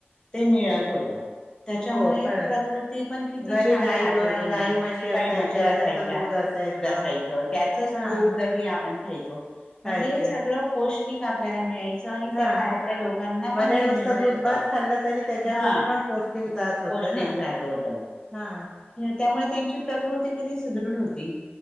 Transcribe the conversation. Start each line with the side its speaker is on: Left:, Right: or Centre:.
Left: ते मिळत होत. त्याच्यामुळे
Centre: हो खरंच
Left: प्रकृती पण किती
Centre: घरी
Left: छान
Centre: गाई
Left: राहत
Centre: अ,
Left: होती ना,
Centre: गाई म्हशी असायच्या
Left: मच्छर असायच्या
Centre: त्याचं दूध असायचं
Left: त्यात दूध असायच त्याचच
Centre: हा
Left: तूप, दही तरी आपण खायचो म्हणजे
Centre: खायचे
Left: सगळ पौष्टिक आपल्या मिळायच. च आणि
Centre: हा
Left: त्या काळातल्या लोकांना
Centre: भले
Left: पण ते
Centre: नुसतं
Left: मिळत
Centre: दूध
Left: होत.
Centre: भात खाल्लं तरी त्याच्यातून
Left: हा,
Centre: पण पौष्टिक जात होतं
Left: पौष्टिक
Centre: ना
Left: जात होत.
Centre: हा,
Left: त्यामुळे त्यांची प्रकृती किती सुदृढ होती